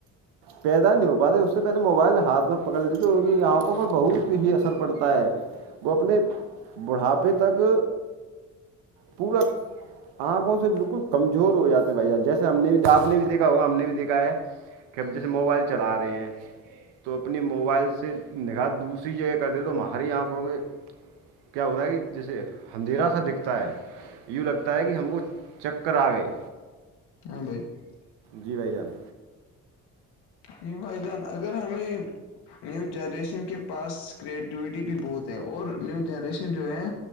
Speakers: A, on the right (about 85°); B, on the left (about 80°).
A: پیدا نہیں ہو پاتے اس سے پہلے موبائل ہاتھ میں پکڑ لیتے ان کی آنکھوں پر بہت ہی اثر پڑتا ہے وہ اپنے بوڑھاپے تک پورا آنکھوں سے بالکل کمزور ہو جاتے بھ جیسے ہم نے بھی آپ نے بھی دیکھا ہوگا ہم نے بھی دیکھا ہے کہب جیسے موبائل چلا رہے ہیں تو اپنی موبائل سے نگاح دوسری جگہ کرتے تو ماں ہری آنکھو گے کیا ہوتا ہے کہ جیسے اندھیرا سا دکھتا ہے یوں لگتا ہے کہ ہم کو چکر آ گئے
B: ہری آنکھو گے کیا ہوتا ہے کہ جیسے اندھیرا سا دکھتا ہے
A: جی بھائی جان
B: یہ بھائی جان اگر ہمیں نیو جنریشن کے پاس کریٹیوٹی بھی بہت ہے اور نیو جنریشن جو ہے